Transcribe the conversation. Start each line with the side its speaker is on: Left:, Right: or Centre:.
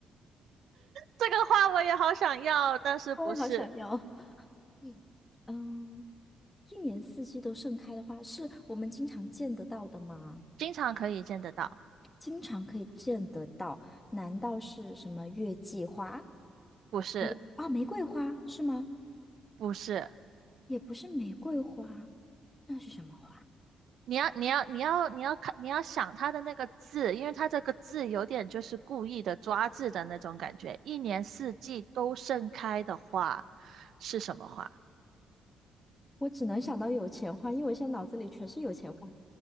Right: 这个花我也好想要，但是不是
Left: 我也好想要。<laughs> 嗯，嗯，一年四季都盛开的花，是我们经常见得到的吗？
Right: 经常可以见得到？
Left: 经常可以见得到，难道是什么月季花？
Right: 不是，
Left: 玫啊，玫瑰花是吗？
Right: 不是。
Left: 也不是玫瑰花，那是什么花？
Right: 你要你要你要你要看你要想它的那个字，因为它这个字有点就是故意的抓字的那种感觉。一年四季都盛开的花是什么花？
Left: 我只能想到有钱花，因为我现在脑子里全是有钱花。